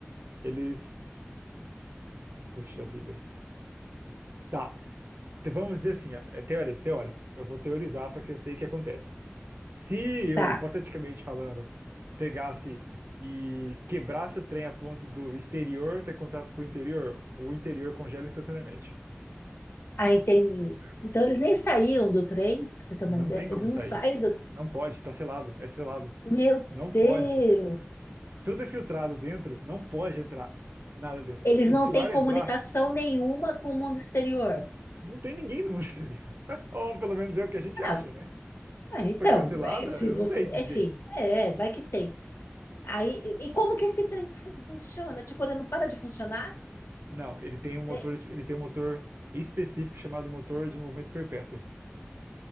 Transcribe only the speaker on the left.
Tá.
Ah, entendi.
Então eles nem saíam do trem, pra você ter uma
ideia.
Eles
não
saem do.
Meu
Deus!
Eles
não
têm
comunicação
nenhuma com o mundo exterior.
Ah,
ah, então,
é, se
você.
Enfim, é, é, vai que tem. Aí, e e como que esse trem fun- funciona? Tipo, ele não para de funcionar?
É,